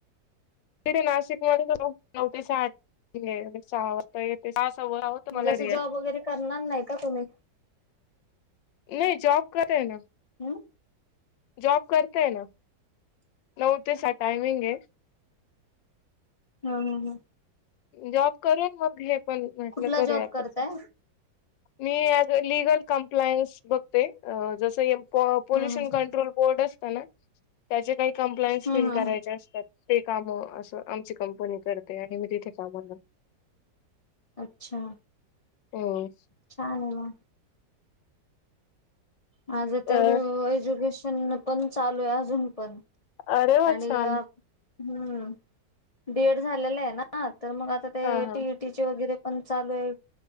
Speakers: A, on the left; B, on the left.
A: इकडे नाशिक मध्ये नऊ ते सहा सुट्टीये मी सहा वाजता येते हो आवडतो
B: म्हणजे
A: मला
B: असं
A: एरीया.
B: जॉब वगैरे करणार नाही का तुम्ही?
A: नही. जॉब करेय ना.
B: ह.
A: जॉब करताय ना नऊ ते सहा टायमिंगे.
B: हा ह ह.
A: जॉब करून मग हे पण म्हटलं
B: कुठला
A: करूया
B: जॉब करताय?
A: तस मी एज अ लीगल कंप्लायन्स बघते. अ जसं हे पो पोल्युशन
B: हम्म हम्म
A: कंट्रोल बोर्ड असतं ना त्याचे काही कंप्लायन्स
B: हम्म
A: फील
B: हम्म
A: करायचे
B: हम्म
A: असतात. ते काम अस आमची कंपनी करते आणि म ते <unintelligible>
B: अच्छा
A: हम्म
B: छाने म. माझ
A: अ
B: तर एज्युकेशन पण चालूये अजून पण.
A: अरे वा
B: आणि
A: छान.
B: हम्म डी एड झालेलं आहे ना तर मग आता ते
A: हा हा
B: टीईटी चे वगैरे पण चालू आहे